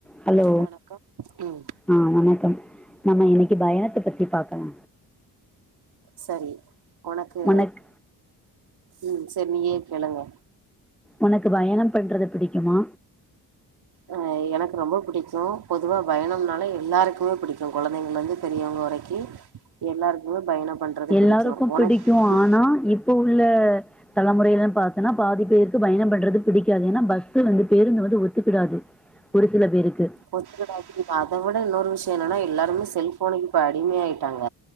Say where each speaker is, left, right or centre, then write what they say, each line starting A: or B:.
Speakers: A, in the centre; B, on the right.
A: Hello
B: வணக்கம் ம்
A: ஆ வணக்கம் நம்ம இன்னைக்கு பயணத்தை பத்தி பாக்கலா
B: சரி உனக்கு,
A: உனக்
B: ம் சரி நீயே கேளுங்க
A: உனக்கு பயணம் பண்றது பிடிக்குமா
B: அ எனக்கு ரொம்ப புடிக்கு பொதுவா பயணம்னாலே எல்லாருக்குமே புடிக்கு கொழந்தைங்கல்லேந்து பெரியவங்க வரைக்கு எல்லாருக்குமே பயணம் பண்றது
A: எல்லாருக்கு
B: பிடிக்கு உனக்கு
A: பிடிக்கு ஆனா இப்போ உள்ள தலைமுறையிலன்னு பாத்தேன்னா பாதி பேருக்கு பயணம் பண்றது பிடிக்காது ஏன்னா பஸ் வந்து பேருந்து வந்து ஒத்துக்கிடாது ஒரு சில பேருக்கு
B: ஒத்துக்கிடாது அதை விட இன்னொரு விஷயம் என்னன்னா எல்லாருமே செல்போனுக்கு இப்ப அடிமை ஆயிட்டாங்க